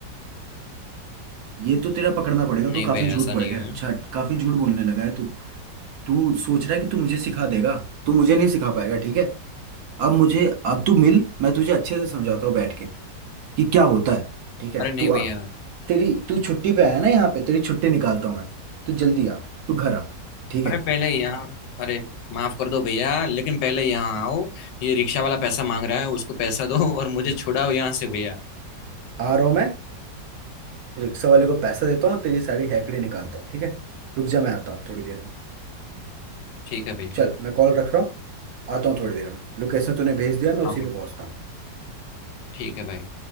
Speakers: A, on the right; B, on the left.
A: ये तो तेरा पकड़ना पड़ेगा
B: हूं।
A: तू
B: नहीं
A: काफी
B: भैया
A: झूठ
B: ऐसा
A: पड़
B: नहीं
A: गया अच्छा
B: है
A: काफी झूठ बोलने लगा है तू तू सोच रहा है कि तू मुझे सिखा देगा तू मुझे नहीं सिखा पाएगा ठीक है अब मुझे अब तू मिल मैं तुझे अच्छे से समझाता हूँ बैठ के कि क्या होता है ठीक है
B: अरे नहीं
A: तू
B: भैया
A: आ तेरी तू छुट्टी पे आया ना यहाँ पे तेरी छुट्टी निकालता हूँ मैं तू जल्दी आ तू घर आ ठीक है
B: अरे पहले यहाँ अरे माफ कर दो भैया लेकिन पहले यहाँ आओ ये रिक्शा वाला पैसा मांग रहा है उसको पैसा दो और मुझे छुड़ाओ यहाँ से भैया
A: आ रहा हूँ मैं रिक्शा वाले को पैसा देता हूँ तेरी सारी हैकड़ी निकालता हूँ ठीक है रुक जा मैं आता हूँ थोड़ी देर में
B: ठीक है भैया
A: चल मैं कॉल रख रहा हूँ आता हूँ थोड़ी देर में लोकेशन तूने भेज दिया मैं उसी
B: हाँ भाई
A: पे पहुँचता हूँ
B: ठीक है भाई